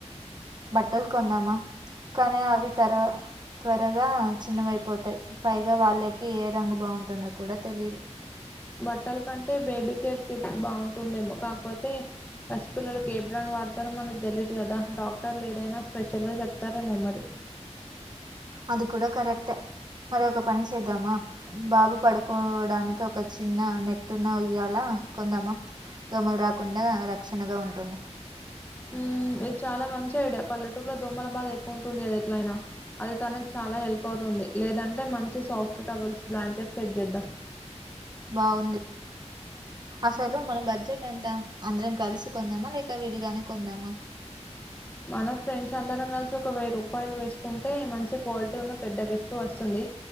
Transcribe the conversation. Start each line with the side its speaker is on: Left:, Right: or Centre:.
Right: బట్టలు కొందామా కానీ అవి తర్వా త్వరగా చిన్నవైపోతాయి పైగా వాళ్ళకి ఏ రంగు బావుంటుందో కూడా తెలియదు
Left: బట్టల కంటే బేబీ కేర్ కిట్ బావుంటుందేమో కాకపోతే పసిపిల్లలకి ఏబ్రాండ్ వాడతారో మనకు తెలీయదు కదా డాక్టర్లు ఏదైనా స్పెషల్గా చెప్తారేమో మరి
Right: అది కూడా కరెక్టే మరి ఒక పని చేద్దామా బాబు పడుకోవడానికి ఒక చిన్న నెట్టున్న ఉయ్యాల కొందామా దోమలు రాకుండా రక్షణగా ఉంటుంది
Left: మ్... ఇది చాలా మంచి ఐడియా పల్లెటూరులో దోమలబాద ఎక్కువ ఉంటుంది గద ఎట్లయినా అది తనకు చాలా హెల్ప్ అవుతుంది లేదంటే మంచి సాఫ్ట్ టవల్స్ బ్లాంకెట్ సెట్ చేద్దాం
Right: బావుంది అసలు మన బడ్జెట్ ఎంత అందరం కలిసి కొందామా లేక విడిగానే కొందామా
Left: మన ఫ్రెండ్స్ అందరం కలిసి ఒక వెయ్యి రూపాయలు వేసుకుంటే మంచి క్వాలిటీ ఉన్న పెద్ద గిఫ్ట్ వస్తుంది